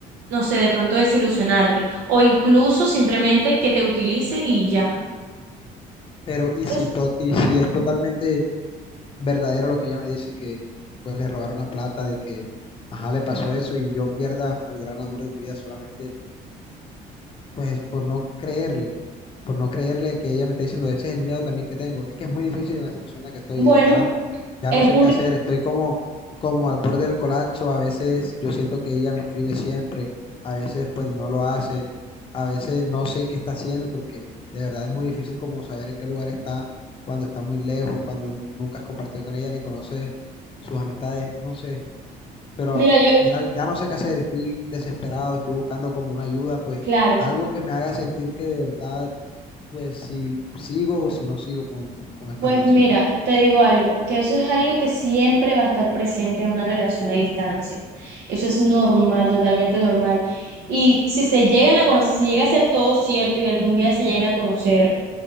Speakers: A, on the right; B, on the left.
A: no sé, de pronto desilusionarte o incluso simplemente que te utilice y ya.
B: Pero y
A: Entonces,
B: si, to- y si es totalmente verdadero lo que ella me dice, que pues le robaron la plata, de que, ajá, le pasó eso y yo pierda al gran amor de mi vida solamente pues por no creerle, por no creerle que ella me está diciendo, ese es el miedo también que tengo. Es que es muy difícil en la situación en la que estoy,
A: bueno,
B: de verdad. Ya
A: es
B: no sé
A: un...
B: qué hacer, estoy como, como al borde del colapso. A veces yo siento que ella me escribe siempre, a veces pues no lo hace, a veces no sé qué está haciendo porque de verdad es muy difícil como saber en qué lugar está cuando está muy lejos, cuando nunca has compartido con ella ni conoces sus amistades, no sé pero
A: Mira, yo,
B: ya, ya no sé qué hacer, estoy desesperado, estoy buscando como una ayuda, pues
A: claro.
B: algo que me haga sentir que de verdad, pues si sigo o si no sigo con, con esta
A: Pues
B: relación
A: mira,
B: que tengo.
A: te digo algo, que eso es algo que siempre va a estar presente en una relación a distancia. Eso es normal, totalmente normal. Y si se llegan a conocer, si llega a ser todo cierto y algún día se llegan a conocer,